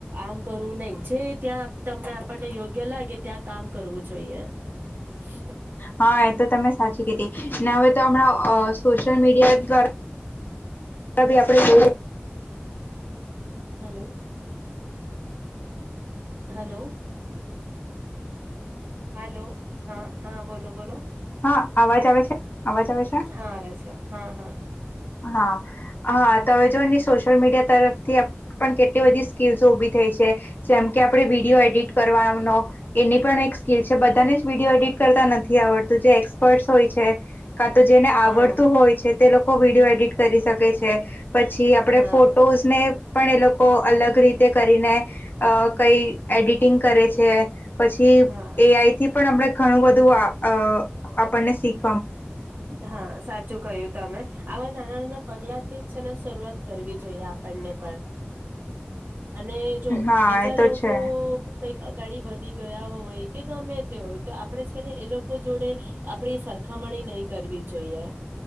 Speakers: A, on the right; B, on the left.
A: આમ કરું નહી જે ત્યાં તમને આપણને યોગ્ય લાગે ત્યાં કામ કરવું જોઈએ. <unintelligible> <inaudible>
B: હા એ તો તમે સાચી કેતી હવે તો હમણાં સોશિયલ મીડિયા દ્વારા. રા બી આપણે જોએ.
A: હલો. હલો. હાલો હા હા બોલો બોલો.
B: હા અવાજ આવે છે અવાજ પ છેા.
A: હા આવે છે હા હા.
B: હા. હા તો હવે જો ને સોશિયલ મીડિયા તરફથી પણ કેટલી બધી સ્કીલ્સ ઉભી થઈ છે જેમ કે આપણે વિડીયો એડિટ કરવાનો એની. પણ એક સ્કિલ છે બધા જ વિડીયો એડિટ. તા નથી આવડતું એક્સપર્ટ હોય છે કા તો જેને
A: હા
B: આવડતું હોય છે તે. કોવિડ. એડિટ કરી શકે છે. પછી આપણે
A: હા
B: ફોટોઝ ને. પણ એ લોકો અલગ રીતે કરીને અ કઈ એડિટિંગ કરે છે. પછી
A: હા
B: એ આઈ થી પણ આપણે ઘણું બધું. આપણ ને <unintelligible>
A: હા સાચું કયું તમે. આવા નાના નાના પગલાથી. શરૂઆત કરવી જોઈએ આપણને પણ. અને જો
B: હા
A: બીજા
B: એ તો
A: લોકો.
B: છે
A: કઈક અગાડી વધી ગયા હોય કે ગમે તે હોય તો આપણે છે. ને એ લોકો જોડે આપણી સરકાર. ખમણી નહી કરવી જોઈએ